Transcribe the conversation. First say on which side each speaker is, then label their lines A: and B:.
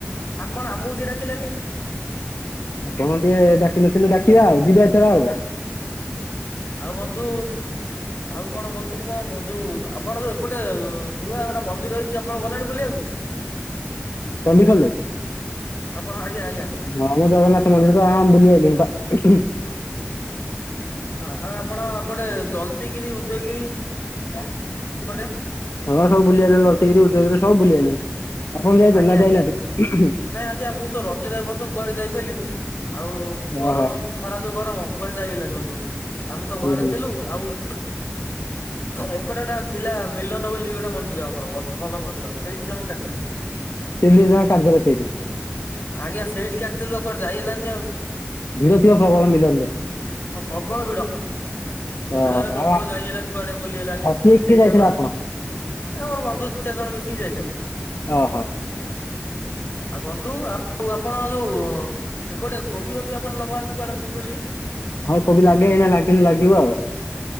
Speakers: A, on the left; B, on the left.
A: ଆପଣ ଆମକୁ ଟିକେ ଡାକିଲେନି।
B: ଆ କଣ ଟିକେ ଡାକିନଥିଲେୁ ଡାକିବା ଆଉ ଯିବା ଛଡା ଆଉ।
A: ଆଉ ବନ୍ଧୁ ଆଉ କଣ କହୁଥିଲି ମଁ ଯୋଉ ଆପଣ ଯୋଉ ଏପଟେ ନୂଆ ଗୋଟେ ମନ୍ଦି ରହିଛି ଆପଣ ଗଲାଣି ବୁଲିବାକୁ?
B: ଚଣ୍ଡିଖୋଲରେ।
A: ଆପଣ ଆଜ୍ଞା ଆଜ୍ଞା।
B: ହଁ ମୁଁ ଜଗନ୍ନାଥ ମନ୍ଦିର ତ ବୁଲି ଆଇଲିଣି।
A: ଆଉ ଆପଣ ଏପଟେ ଲଲତିଗିରି, ଉଦୟଗିରି
B: ହଁ
A: ଏପଟେ
B: ସବୁ ବୁଲିିବାଲେ ଲଲତିଗିରି, ଉଦୟଗିରି ସବୁ ବୁଲି ଆଲୁ ଆପଣ ଯାଇ
A: ଆଜ୍ଞା
B: ନା
A: ଆଜ୍ଞା
B: ଯାଇନାହାନ୍ତି?
A: ନାଇଁ ଆଜ୍ଞା ମୁଁ ତ ରଜରେ ଏ ବର୍ଷ କୁଆଡେ ଯାଇପାରିଲିନି ଆଉ ଗରମ
B: ଓହୋ।
A: ହବ ଖରା ଦୁ ଗରମ କୁଆଡେ ଯାଇଗଲାନି ବନ୍ଧୁ ଆମେ ତ
B: ହୁଁ
A: ଘରେ
B: ହୁଁ
A: ଥିଲୁ ଆଉ। ଏପଟେଟା ଥିଲା ମିଲନ ବୋଲି ଗୋଟେ ମନ୍ଦିର ଆମର ଭଲ ମନ୍ଦିର ସେଇଠି ଆମେ କାଟିଲୁ।
B: ତିନି ଦିନ ଯାକ କାଟିଦେଲେ ସେଇଠି।
A: ଆଜ୍ଞା ସେଇଠି କାଟିଦେଲୁ କୁଆେ ଯାଇ ହେଲାନି ଆଉ।
B: ଭିଡ ଥିବା ପ୍ରବଳ ମିଲନ୍ତେ।
A: ହଉ ପ୍ରବଳ ଭିଡ। ଭିଡରେ
B: ଓହୋ
A: ପ୍ରବଳ
B: ଆଉ
A: ଯାଇ ହେଲାନି କୁଆଡେ ବୁଲି ହେଲାନି
B: ଆଉ କିଏ
A: ସେଇଠିମ
B: କିଏ ଯାଇଥିଲେ ଆପଣ?
A: ଆ ମୋର ବନ୍ଧୁ ଦି, ଚାରି ଜଣ ମିଶିକି ଯାଇଥିଲୁ।
B: ଓହୋ।
A: ଆଉ ବନ୍ଧୁ ଆଉ ଆପଣ ଯୋଉ ଏପଟେ କୋବି ହୋବି ଆପଣ ଲଗାନ୍ତି କୁଆଡେ ଶୁଣିଲି?
B: ହଁ କୋବି ଲାଗେ ଏଇ ଲାଗେନି ଲାଗିବ ଆଉ।